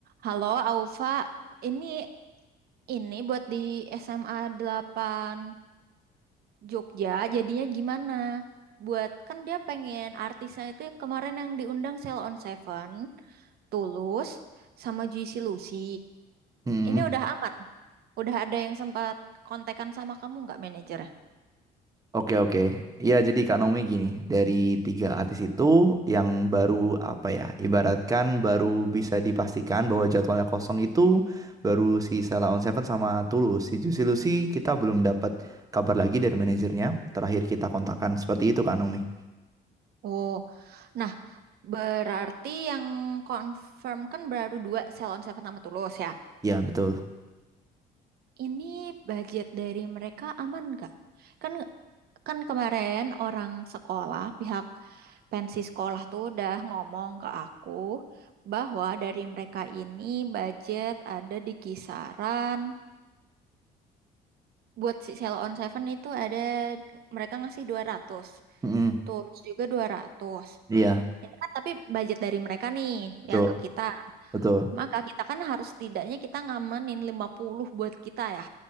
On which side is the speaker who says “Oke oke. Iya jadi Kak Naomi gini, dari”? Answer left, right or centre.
Right